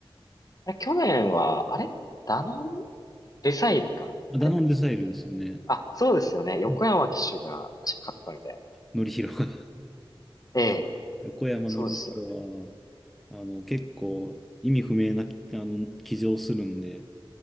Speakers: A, on the left; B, in the centre.
A: あれ去年は、あれダノンレサイルか。
B: ダノンデサイルですね。
A: あれ違ったっけあ、そうですよね。横山騎手が確か勝ったみたいな。
B: うん。のりひろが
A: ええ。
B: <laughs> 横山のりひろ
A: そうですよね。
B: は、あの、結構意味不明な、あの、騎乗するんで、